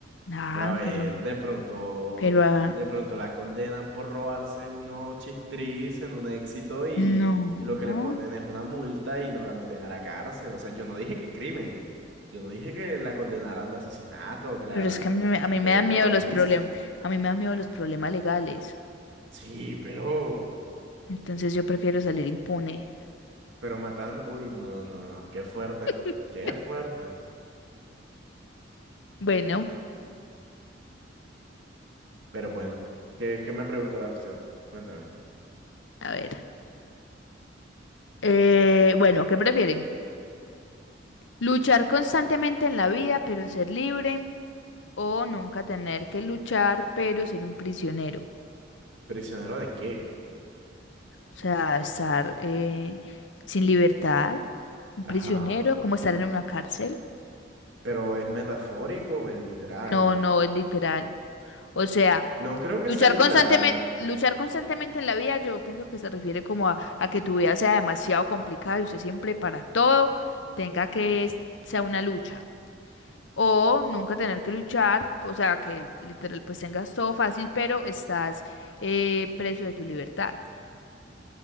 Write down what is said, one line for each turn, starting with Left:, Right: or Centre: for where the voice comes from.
Left: Nah,
Right: pero a ver,
Left: pero,
Right: de pronto,
Left: pero, ah,
Right: de pronto la condenan por robarse unos chistris en un éxito y,
Left: no.
Right: y lo que le ponen es una multa y no la meten a la cárcel. O sea, yo no dije que crimen, yo no dije que la condenaran de asesinato o que la
Left: Pero es
Right: condenaran
Left: que a mí, me- a mí
Right: de
Left: me dan
Right: terrorismo.
Left: miedo los problemas, a mí me dan miedo los problemas legales.
Right: Sí, pero,
Left: Entonces yo prefiero salir impune.
Right: Pero matando, uy, no, no, no, qué fuerte,
Left: <laughs>
Right: qué fuerte.
Left: Bueno,
Right: Pero bueno, ¿qué, qué me preguntará usted? Cuéntame.
Left: a ver. Eh, bueno, ¿qué prefieren? ¿Luchar constantemente en la vida, pero ser libre? ¿O nunca tener que luchar, pero ser un prisionero?
Right: ¿Prisionero de qué?
Left: O sea, estar eh, sin libertad, un
Right: Ajá.
Left: prisionero, como estar en una cárcel.
Right: ¿Pero es metafórico o es literal?
Left: No, no, es literal. O sea,
Right: No creo que
Left: luchar
Right: sea literal.
Left: constantemente, luchar constantemente en la vida, yo pienso que se refiere como a, a que tu vida sea demasiado complicada y usted siempre para todo tenga que es- sea una lucha. O nunca tener que luchar, o sea, que literal pues tengas todo fácil, pero estás eh, preso de tu libertad.